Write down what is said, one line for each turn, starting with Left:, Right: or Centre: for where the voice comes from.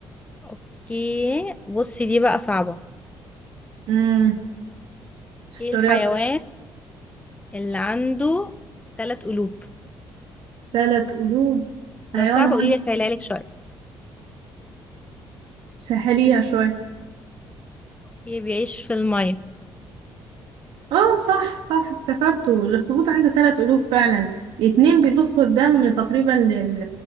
Left: اوكي بصي دي بقى صعبة
Right: امم استوريات
Left: ايه الحيوان اللي عنده تلات قلوب
Right: ثلاث قلوب
Left: لو
Right: حيوان
Left: صعبة قولي
Right: عنده
Left: لي سهلها لك شوية
Right: سهليها شوية
Left: ايه بيعيش في المية
Right: اه صح صح افتكرته الأخطبوط عنده ثلاث قلوب فعلا اتنين بيضخوا الدم تقريبا لل...